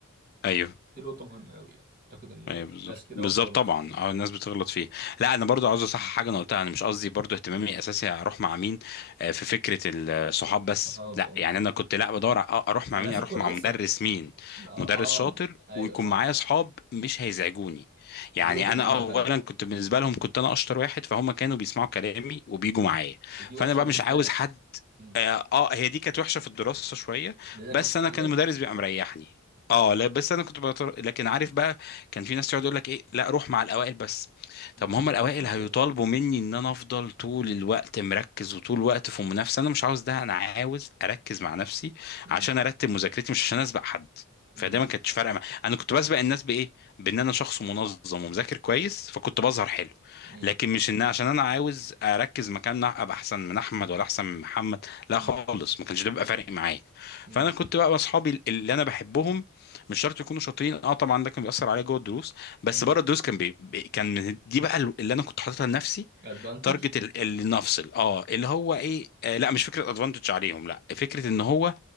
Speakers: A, on the left (about 45°); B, on the right (about 40°).
A: ايوه
B: دي نقطه مهمه قوي يعني اعتقد ان
A: ايوه بالظبط
B: ناس كتير
A: بالظبط
B: قوي بتغلط
A: طبعا
B: في
A: اه الناس بتغلط فيه لا انا برضو عاوز اصحح حاجه انا قلتها انا مش قصدي برضو اهتمامي اساسي اروح مع مين آه، في فكره الصحاب بس
B: الصحاب
A: لا
B: اه
A: يعني انا كنت لا بدور ع- آه، اروح مع
B: على
A: مين
B: اساس
A: اروح
B: كويسه
A: مع مدرس مين
B: اه
A: مدرس شاطر
B: آه، ايوه
A: ويكون
B: صح
A: معايا صحاب مش هيزعجوني يعني
B: دي نقطه مهمه
A: انا اولا
B: تانيه اه
A: كنت بالنسبه لهم كنت انا اشطر واحد فهم كانوا بيسمعوا كلامي وبيجوا معايا
B: ودي
A: فانا
B: وحشه
A: بقى
B: بالنسبه
A: مش عاوز
B: لك
A: حد
B: مم.
A: اه آه، هي دي كانت وحشه في الدراسه شويه
B: لانك
A: بس
B: ما بتتعلمش
A: انا كان المدرس بيبقى مريحني اه لا بس انا كنت بطر... لكن عارف بقى كان في ناس تقعد يقول لك ايه لا روح مع الاوائل بس
B: مم.
A: طب ما هم
B: مش
A: الاوائل
B: حاجه اسمها
A: هيطالبوا
B: كده
A: مني ان انا افضل طول
B: مم.
A: الوقت مركز وطول الوقت في منافسه انا مش عاوز ده انا عاوز اركز مع نفسي
B: مم.
A: عشان ارتب مذاكرتي مش عشان اسبق حد فده
B: مم.
A: ما كانتش فارقه مع... انا كنت بسبق الناس بايه بان انا شخص منظم ومذاكر كويس فكنت بظهر حلو
B: مم.
A: لكن مش ان عشان انا عاوز اركز مكان ابقى احسن من احمد ولا احسن من محمد لا
B: مم.
A: خالص ما كانش ده بيبقى فارق معايا
B: مم.
A: فانا كنت بقى اصحابي اللي انا بحبهم مش شرط يكونوا شاطرين اه طبعا ده كان بيأثر عليا جوه الدروس بس
B: مم.
A: بره الدروس كان بي... بي- كان من- دي بقى اللي انا كنت حاططها لنفسي
B: advantage
A: تارجت اللي نفصل اه اللي هو ايه آه لا مش فكره ادفانتج عليهم لا فكره ان هو